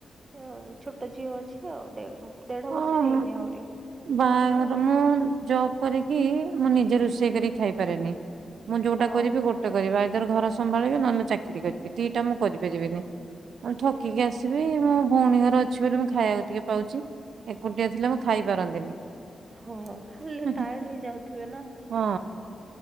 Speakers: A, on the right; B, on the right.
A: ଉମ ଛୋଟ ଝିଅ ଅଛି ଆଉ ଦେ ଉମ ଦେଢ
B: ହଁ।
A: ବର୍ଷ ହେଇନି ଆହୁରି
B: ବାହାଘର
A: କରିନି ଆଉ।
B: ମୁଁ ଜବ୍ କରିକି ମୁଁ ନିଜେ ରୋଷେଇ କରିକି ଖାଇପାରେନି ମୁଁ ଯୋଉଟା
A: ହଁ
B: କରିବି ଗୋଟେ କରିବି ଆଇଦର ଘର ସମ୍ଭାଳିବେ ନହେଲେ ଚାକିରି କରିବି ଦିଟା ମୁଁ କରିପାରିବିନି ଥକି
A: ହୁଁ
B: କି ଆସି ସେଥିପାଇଁ ମୋ ଭଉଣୀ ଘର ଅଛି ବୋଲି ମୁଁ ଖାଇବାକୁ ଟିକେ ପାଉଚି ଏକୁଟିଆ ଥିଲେ ମୁଁ ଖାଇ ପାରନ୍ତିନି।
A: ହଁ ଖାଲି
B: ହୁଁ
A: ଟାୟାର୍ଡ
B: ହୁଁ
A: ହେଇଯାଉଥିବେ ନା।
B: ହଁ